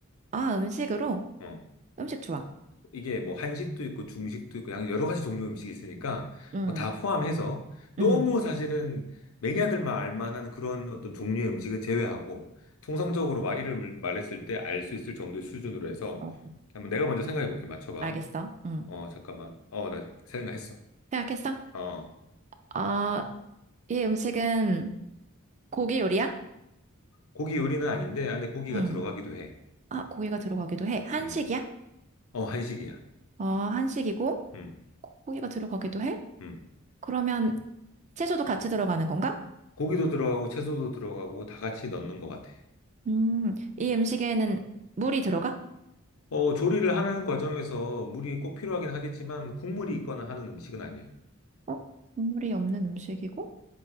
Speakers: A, on the right; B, on the left.
A: 아, 음식으로?
B: 어.
A: 음식 좋아.
B: 이게 뭐 한식도 있고 중식도 있고 양- 여러 가지 종류 음식이 있으니까
A: 음,
B: 뭐 다 포함해서 너무
A: 음.
B: 사실은 매니아들만 알 만한 그런 어떤 종류의 음식은 제외하고 통상적으로 막 이름을 말했을 때 알 수 있을 정도의 수준으로 해서
A: 어,
B: 한번 내가 먼저 생각해 볼게. 맞춰봐.
A: 알겠어. 응.
B: 어, 잠깐만. 어, 나 생각했어.
A: 생각했어?
B: 어,
A: 아, 이 음식은 고기 요리야?
B: 고기 요리는 아닌데 안에 고기가
A: 응.
B: 들어가기도 해.
A: 아, 고기가 들어가기도 해. 한식이야?
B: 음, 어, 한식이야.
A: 어, 한식이고,
B: 음,
A: 고- 고기가 들어가기도 해?
B: 음.
A: 그러면 채소도 같이 들어가는 건가?
B: 고기도 들어가고 채소도 들어가고 다 같이 넣는 것 같아.
A: 음, 이 음식에는 물이 들어가?
B: 어, 조리를 하는 과정에서 물이 꼭 필요하긴 하겠지만 뭐 국물이 있거나 하는 음식은 아니에요.
A: 어? 국물이 없는 음식이고,